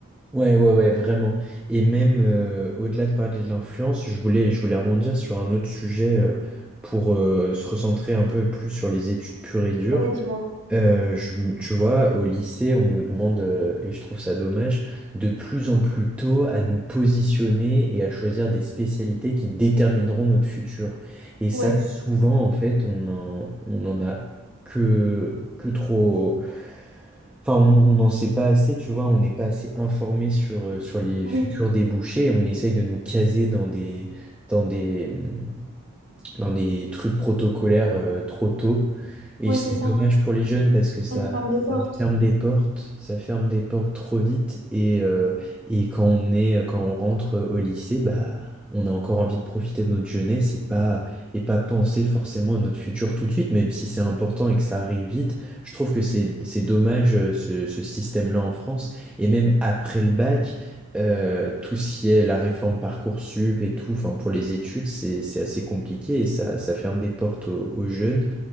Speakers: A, in the centre; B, on the right (about 55°).
A: Ouais, ouais, ouais, vraiment. Et même euh, au-delà de parler de l'influence, je voulais, je voulais rebondir sur un autre sujet euh, pour euh, se recentrer un peu plus sur les études pures et dures.
B: Ouais, dis-moi.
A: Euh, je m- tu vois, au lycée, on nous demande, euh, et je trouve ça dommage, de plus en plus tôt à nous positionner et à choisir des spécialités qui détermineront notre futur. Et ça,
B: Ouais,
A: souvent, en fait, on en, on en a que, que trop. Enfin, on on n'en sait pas assez, tu vois, on n'est pas assez informé sur, euh, sur les
B: oui,
A: futurs débouchés. On essaye de nous caser dans des, dans des, hum, dans des trucs protocolaires euh, trop tôt. Et
B: ouais,
A: c'est
B: c'est ça.
A: dommage pour les jeunes parce que ça,
B: Ça nous ferme des portes.
A: ça ferme des portes, ça ferme des portes trop vite. Et, euh, et quand on est, quand on rentre euh, au lycée, bah, on a encore envie de profiter de notre jeunesse et pas, et pas penser forcément à notre futur tout de suite, même si c'est important et que ça arrive vite. Je trouve que c'est, c'est dommage euh, ce, ce système-là en France. Et même après le bac. Euh, tout ce qui est la réforme Parcoursup et tout, enfin pour les études, c'est c'est assez compliqué et ça, ça ferme des portes aux, aux jeunes